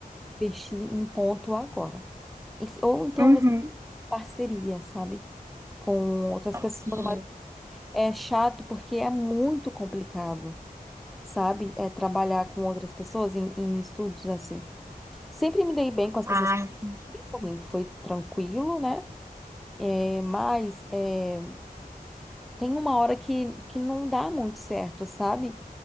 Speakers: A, in the centre; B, on the right (about 15°).
A: investir em ponto agora. E se- Ou então
B: uhum.
A: você parceria, sabe? com outras pessoas,
B: Sim.
A: mas é chato porque é muito complicado, sabe? É trabalhar com outras pessoas em, em estúdios assim. Sempre me dei bem com as
B: Ah,
A: pessoas, que
B: entendi.
A: eu fiz, foi tranquilo, né? É, mas é, tem uma hora que, que não dá muito certo, sabe?